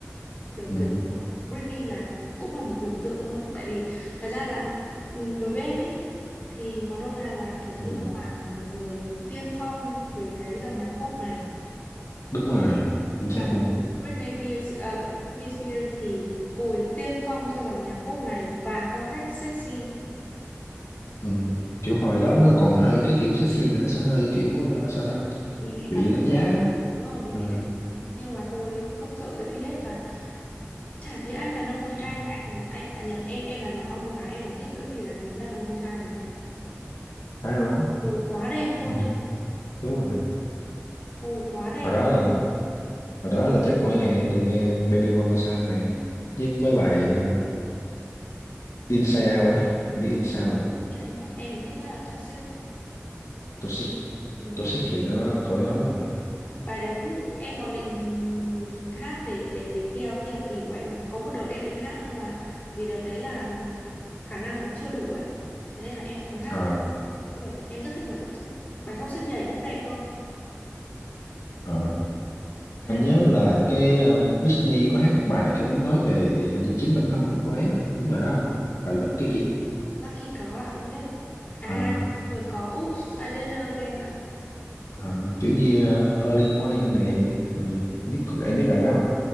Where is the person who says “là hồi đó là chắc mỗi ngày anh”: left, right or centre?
Left